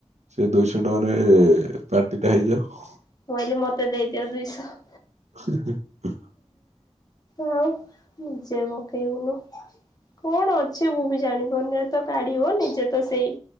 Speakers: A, on the right; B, on the left.
A: ସେ ଦୁଇଶହ ଟଙ୍କାରେ ପାଟି ଟା ହେଇଯାଉ।
B: ମୁଁ କହିଲି ମତେ ଦେଇଦିଅ ଦୁଇଶହ
A: <unintelligible>
B: ଆଉ ନିଜେ ପକେଇବୁନୁ କଣ ଅଛି ମୁଁ ବି ଜାଣିିବନି ତ କାଢିବ ନିଜେ ତ ସେଇ